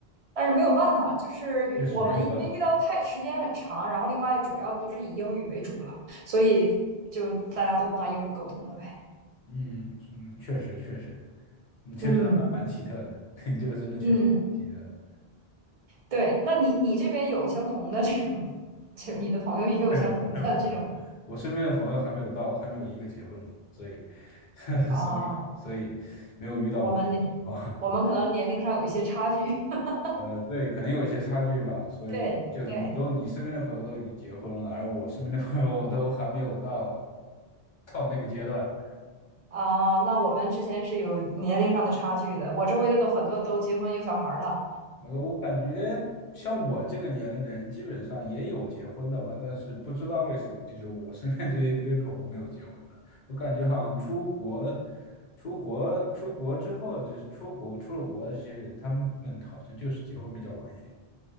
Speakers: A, on the right; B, on the left.
A: 但是没有办法，就是我们因为遇到太时间很长，
B: 确实没有办法，
A: 然后另外主要都是以英语为主了，所以就大家都拿英语沟通了呗。
B: 嗯嗯，确实确实，你这个还蛮蛮奇特的，
A: 嗯
B: <laughs> 你这个真的确实挺奇特的。
A: 嗯，对，那你你这边有相同的这种，<laughs> 就你的朋友也有相同的这种
B: 没有没有没有，我身边的朋友还没有到，还没有一个结婚的，所以 <laughs>
A: 啊？
B: 所以所以没有遇到过这种情况。
A: 我们我们可能年龄上有一些差距。<laughs>
B: 呃，对，可能有一些差距吧，所以就你都你身边的朋友都已经结婚了，
A: 对对。
B: 而我身边的朋友都还没有到到那个阶段。
A: 啊，那我们之前是有年龄上的差距的。我周围的都很多都结婚有小孩儿了。
B: 那个我感觉像我这个年龄的人，基本上也有结婚的吧，但是不知道为什么，就是我身边这一堆朋友没有结婚的。我感觉好像出国、出国、出国之后，就是出国出了国，这些人他们好像就是结婚比较晚一点。